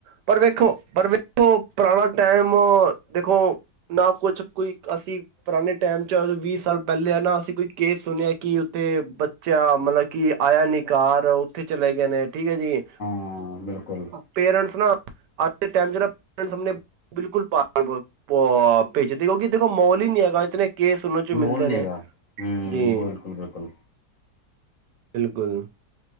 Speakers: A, on the right; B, on the left.
A: ਪਰ ਵੇਖੋ ਪਰ ਵੇਖੋ ਪੁਰਾਣਾ ਟਾਈਮ ਦੇਖੋ ਨਾ ਕੁਛ ਕੋਈ ਅਸੀਂ ਪੁਰਾਣੇ ਟਾਈਮ ਚ ਜਦੋਂ ਵੀਹ ਸਾਲ ਪਹਿਲੇ, ਐਨਾ ਅਸੀਂ ਕੋਈ ਕੇਸ ਸੁਣਿਆ ਕਿ ਉੱਥੇ ਮਤਲਬ ਕਿ ਆਇਆ ਨੀ ਘਾਰ, ਉੱਥੇ ਚਲੇ ਗਏ ਨੇ, ਠੀਕ ਹੈ ਜੀ
B: ਹਾਂ ਬਿਲਕੁਲ
A: ਪੇਰੈਂਟਸ ਨਾ ਅੱਜ ਦੇ ਟਾਈਮ ਜਿਹੜਾ ਪੇਰੈਂਟਸਂ ਆਪਣੇ ਬਿਲਕੁਲ ਬਾਹਰ ਕਿਉ ਭੇਜ ਦੇ ਔ, ਕਿਉਂਕਿ ਦੇਖੋ ਮਾਹੌਲ ਹੀ ਨਹੀਂ ਹੈਗਾ ਇਤਨੇ ਕੇਸ ਸੁਣਣ ਚ
B: ਮੋਲ
A: ਮਿਲਦੇ
B: ਨਹੀਂ
A: ਨੇ
B: ਹੈਗਾ ਹੂੰ
A: ਜੀ
B: ਬਿਲਕੁਲ ਬਿਲਕੁਲ
A: ਬਿਲਕੁਲ